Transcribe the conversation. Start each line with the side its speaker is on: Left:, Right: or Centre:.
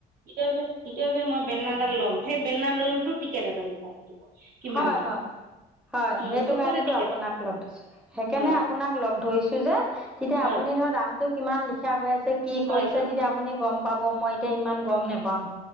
Right: এতিয়া যে এতিয়া যে মই বেলনাডাল ল'ম সেই বেলনাডালতো টিকেট এডাল লিখা থাকিব। কিমান
Centre: হয়
Right: দাম
Centre: হয় হয়
Right: উম
Centre: সেইটো
Right: চবতে
Centre: কাৰণেটো
Right: টিকেট
Centre: আপোনাক লগ ধৰছো সেইকাৰণে
Right: হয়
Centre: আপোনাক লগ ধৰিছো যে তেতিয়া
Right: হয়
Centre: আপুনি আপুনি ধৰ দামটো কিমান লিখা হৈ আছে কি
Right: হয়
Centre: কৰিছে
Right: হয়
Centre: তেতিয়া আপুনি গম পাব মই এতিয়া ইমান গম নোপাওঁ।